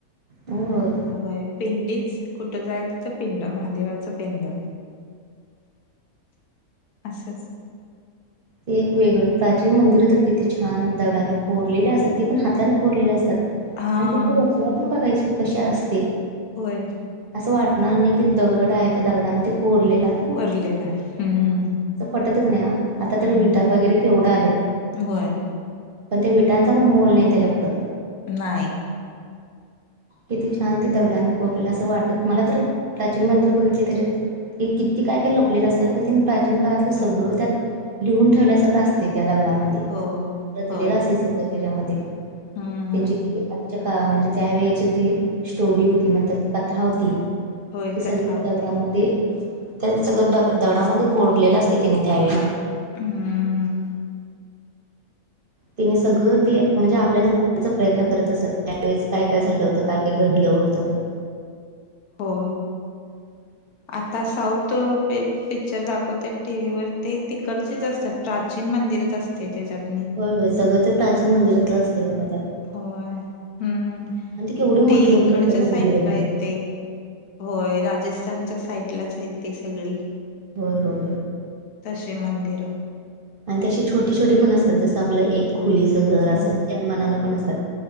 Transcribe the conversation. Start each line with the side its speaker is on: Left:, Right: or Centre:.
Right: होय
Left: होय पिंडीच कुठं जाईल तिथं पिंड महादेवाचं पिंड असच
Right: ते एक वेगळं प्राचीन मंदिर कि तर किती छान आहे, दगडाने कोरलेले असतात ते पण हाताने कोरलेले असतात
Left: हा
Right: आणि तंची रचना पण बघायची कशी असते
Left: होय
Right: असं वाटणार नाही कि दगडा आहे त्या दगडाने ते कोरलेला
Left: कोरलेला आहे हम्म
Right: पटतच नाही आता तरी
Left: हम्म
Right: विटा वगैरे केवढं आलय
Left: होय
Right: पण त्या विटांचा पण मोल नाही त्याच्यापुढ
Left: नाही
Right: किती छान ते दगडाने कोरलं असं वाटत मला तर प्राचीन मंदिर बघितले त्याच्यात क किती काय, काय लपलेला असं तेन प्राचीन काळातलं सगळं
Left: हो
Right: त्यात लिहून ठेवल्यासारखं असते त्या दगडामध्ये
Left: हो
Right: रचलेलं
Left: होय
Right: असे सगळ त्याच्यामध्ये
Left: हम्म
Right: त्यांची ती आजच्या अ म्हणजे त्यावेेळेच्या जी स्टोरी होती म्हणतात कथा होत
Left: होय
Right: ती सगळी
Left: कथा होते
Right: त्या दगडामध्ये त्या सगळं दग दगडामध्ये कोरलेलं असते त्याने त्यावेेळेला
Left: हम्म
Right: त्याने सगळं ते म्हणजे आपल्याला प्रयत्न करत असत. त्यावेळेस काय काय झालं होतं? काय काय घडलं होतं?
Left: हो.
Right: <inaudible>
Left: आता साऊथ प पिक्चर दाखवत टी व्ही वर ते तिकडचेच असतात प्राचीन मंदिरच असते त्याच्यात
Right: हो होय सगळ तर प्राचीन मंदिराच असते बघा. त्यात
Left: होय. हम्म
Right: आणि ती केवढी मोठी
Left: ते
Right: मोठी
Left: इकडच्या
Right: असतात मंदिरं
Left: साईडला
Right: पण
Left: येते. होय. राजस्थानच्या साईटलाच आहेत ते सगळी.
Right: हो हो.
Left: तसे मंदिरं
Right: आणि ते असे छोटे छोटे पण असतात. जसं आपलं एक खोलीचं घर असेल.
Left: हो
Right: त्या मानानं पण असतात.